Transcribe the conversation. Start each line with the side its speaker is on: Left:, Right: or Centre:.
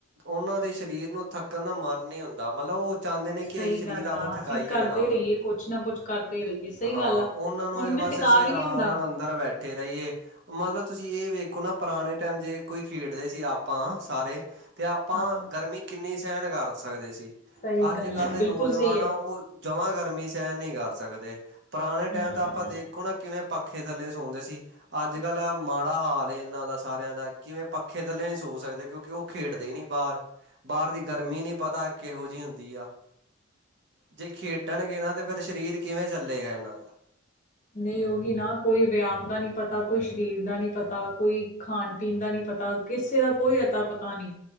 Right: ਉਨਾਂ ਦੇ ਸਰੀਰ ਨੂੰ ਥੱਕਣ ਦਾ ਮਨ ਨੀ ਹੁੰਦਾ ਮਤਲਬ ਉਹ ਚਾਹੁੰਦੇ ਨੇ
Left: ਸਹੀ
Right: ਕਿ ਅਸੀਂ ਸਰੀਰ
Left: ਗੱਲ
Right: ਆਦ
Left: ਆ
Right: ਥਕਾਈਏ
Left: ਅਸੀਂ ਕਰਦੇ
Right: ਨਾ
Left: ਰਹੀਏ ਕੁਛ ਨਾ ਕੁੱਛ ਕਰਦੇ ਰਹੀਏ। ਸਹੀ
Right: ਹਾਂ
Left: ਗੱਲ ਆ।
Right: ਉਹਨਾਂ ਨੂੰ
Left: ਉਹਨੂੰ
Right: ਇੱਕ
Left: ਤੇ
Right: ਬਸ
Left: ਟਿਕਾ
Right: ਅਸੀਂ
Left: ਵੀ
Right: ਆਰਾਮ
Left: ਨਹੀਂ ਹੁੰਦਾ
Right: ਨਾਲ ਅੰਦਰ ਬੈਠੇ ਰਹੀਏ। ਮਤਲਬ ਤੁਸੀਂ ਇਹ ਵੇਖੋ ਨਾ ਪੁਰਾਣੇ ਟਾਈਮ ਜੇ ਕੋਈ ਖੇਡਦੇ ਸੀ ਆਪਾਂ ਸਾਰੇ ਅਤੇ ਆਪਾਂ
Left: ਹਾਂ
Right: ਗਰਮੀ ਕਿੰਨੀ ਸਹਿਣ ਕਰ ਸਕਦੇ ਸੀ।
Left: ਸਹੀ
Right: ਅੱਜ
Left: ਗੱਲ
Right: ਕੱਲ੍ਹ
Left: ਆ
Right: ਦੇ
Left: ਬਿਲਕੁਲ
Right: ਨੌਜਵਾਨ
Left: ਸਹੀ
Right: ਆ ਉਹ ਜਮਾਂ ਗਰਮੀ ਸਹਿ ਨਹੀਂ ਕਰ ਸਕਦੇ। ਪੁਰਾਣੇ
Left: ਹੂੰ
Right: ਟਾਈਮ ਤਾਂ ਆਪਾਂ ਦੇਖੋ ਨਾ ਕਿਵੇਂ ਪੱਖੇ ਥੱਲੇ ਸੌਂਦੇ ਸੀ। ਅੱਜ ਕੱਲ੍ਹ ਮਾੜਾ ਹਾਲ ਏ, ਇਹਨਾਂ ਦਾ ਸਾਰਿਆਂ ਦਾ ਕਿਵੇਂ। ਪੱਖੇ ਥੱਲੇ ਨਹੀਂ ਸੋ ਸਕਦੇ ਕਿਉਂਕਿ ਕਿਉ ਉਹ ਖੇਡਦੇ ਹੀ ਨੀ ਬਾਹਰ। ਬਾਹਰ ਦੀ ਗਰਮੀ ਨੀ ਪਤਾ ਕਿਹੋ ਜਿਹੀ ਹੁੰਦੀ ਆ? ਜੇ ਖੇਡਣਗੇ ਨਾ। ਤੇ ਫਿਰ ਸਰੀਰ ਕਿਵੇਂ ਚੱਲੇਗਾ। ਇਹਨਾਂ ਦਾ
Left: ਨਹੀਂ ਉਹੀ ਨਾ ਕੋਈ ਵਿਆਮ ਦਾ ਨਹੀ ਉਹੀ ਨਾ ਕੋਈ ਵਰਿਆਮ ਦਾ ਨਹੀ ਪਤਾ, ਕੋਈ ਸਰੀਰ ਦਾ ਨਹੀ ਪਤਾ, ਕੋਈ ਖਾਣ ਪੀਣ ਦਾ ਨਹੀ ਪਤਾ। ਕਿਸੇ ਦਾ ਕੋਈ ਅਤਾ ਪਤਾ ਨਹੀ?